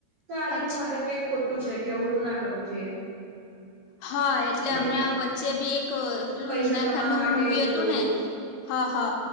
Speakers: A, on the right; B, on the left.
A: તો આ રીતનું
B: અચ્છા
A: મતલબ કે ખોટું છે કે આવવું બધું ના કરવું જોઈએ.
B: હા એટલે હમણાં
A: એને
B: વચ્ચે બી એક પેલું
A: પૈસા
B: હિના
A: કમાવા
B: ખાન નું
A: માટે
B: મુવી
A: બધું
B: હતું
A: બહુ
B: ને હા હા